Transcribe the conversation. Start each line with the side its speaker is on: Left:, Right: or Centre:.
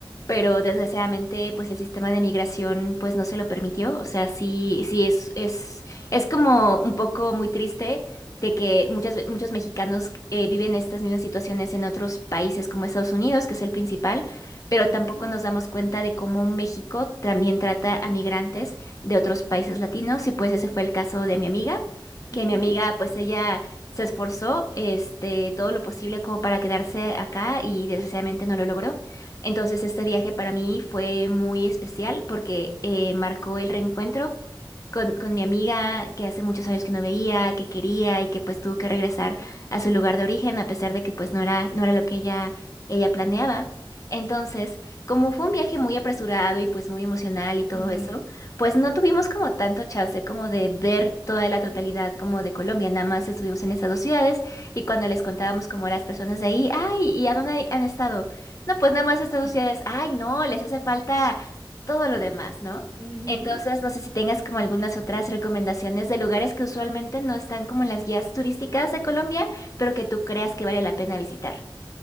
Left: pero desgraciadamente pues el sistema de migración pues no se lo permitió. O sea, sí, sí es, es, es como un poco muy triste de que muchas, ve- muchos mexicanos eh, viven estas mismas situaciones en otros países como Estados Unidos, que es el principal, pero
Centre: Ujú,
Left: tampoco nos damos cuenta de cómo México también trata a migrantes de otros países latinos y pues ese fue el caso de mi amiga,
Centre: ujú,
Left: que mi amiga pues ella se esforzó este, todo lo posible como para quedarse acá y desgraciadamente no lo logró. Entonces este viaje para mí fue muy especial porque eh, marcó el reencuentro con, con mi amiga que hace muchos años que no veía, que quería y que pues tuvo que regresar a su lugar de origen a pesar de que pues no era, no era lo que ella, ella planeaba. Entonces, como fue un viaje muy apresurado y pues muy emocional y todo
Centre: ujú,
Left: eso, pues no tuvimos como tanto chance como de ver toda la totalidad como de Colombia, nada más estuvimos en esas dos ciudades y cuando les contábamos como a las personas de ahí, ay, ¿y a dónde han estado? No, pues nada más estas dos
Centre: ujú, <laughs>
Left: ciudades, ay, no, les hace falta todo lo demás, ¿no?
Centre: ujú.
Left: Entonces, no sé si tengas como algunas otras recomendaciones de lugares que usualmente no están como en las guías turísticas de Colombia, pero que tú creas que vale la pena visitar.